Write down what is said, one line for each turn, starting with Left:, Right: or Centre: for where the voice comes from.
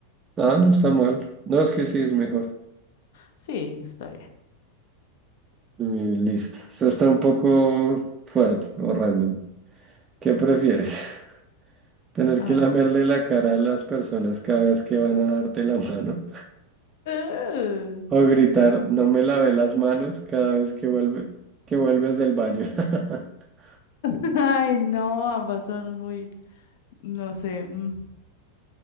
Right: Ah, no está mal. No, es que sí, es mejor.
Left: Sí, está bien.
Right: Eh, listo. Esto está un poco fuerte o random. ¿Qué prefieres? <laughs> ¿Tener
Left: A
Right: que lamerle
Left: ver.
Right: la cara a las personas cada vez que van a darte la mano?
Left: Eh,
Right: ¿O gritar, no me lavé las manos cada vez que vuelve, que vuelves del baño? <laughs>
Left: <laughs> Ay, no, ambas son muy, no sé, mm,